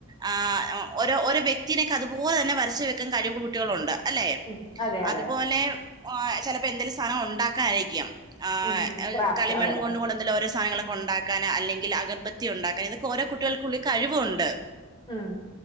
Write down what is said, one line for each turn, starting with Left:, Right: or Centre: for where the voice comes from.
Right: ആഹ് ഓരോ ഒരു വ്യക്തിയേക്കെ അതുപോലെ തന്നെ വരച്ചുവെ ക് കഴിവ് കുട്ടികളുണ്ട് അല്ലെ
Left: ഉം അതെ അതെ
Right: അതുപോലെ ഓഹ് ചെലപ്പോ എന്തേലും സാധനം ഉണ്ടാക്കാനായിരിക്കാം ആഹ്
Left: ഉം ഉം ക്രാഫ്റ്റ്
Right: കളിമൺ
Left: അതെ
Right: കൊണ്ടണ്ട് അതില്ഓരോസാധനങ്ങളക്കെ ഒണ്ടാക്കാനാ അല്ലെങ്കി അഗർബത്തിയ ഉണ്ടാക്കൻ ഇതൊക്കെ ഓരോ കുട്ടികൾക്കുള്ളള്ള കഴിവുണ്ട്
Left: ഉം